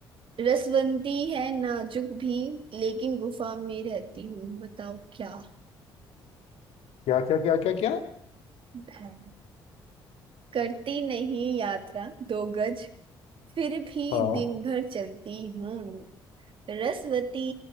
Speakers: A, on the right; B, on the left.
A: रसवंती है नाजुक भी लेकिन गुफा में रहती हूँ बताओ क्या
B: क्या क्या क्या क्या क्या
A: है करती नहीं यात्रा दो गज फिर भी
B: हाँ
A: दिन भर चलती हूँ रसवती